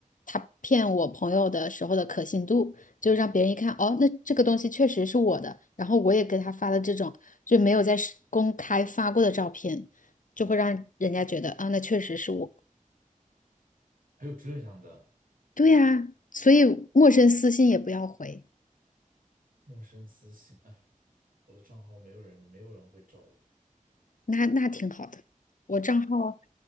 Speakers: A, on the left (about 70°); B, on the right (about 80°).
A: 他骗我朋友的时候的可信度。就让别人一看，哦，那这个东西确实是我的，然后我也给他发了这种就没有在是公开发过的照片，就会让人家觉得啊，那确实是我。
B: 还有这样的
A: 对呀，所以陌生私信也不要回，
B: 陌生私信，哎，我的账号没有人，没有人会找我，
A: 那那挺好的。我账号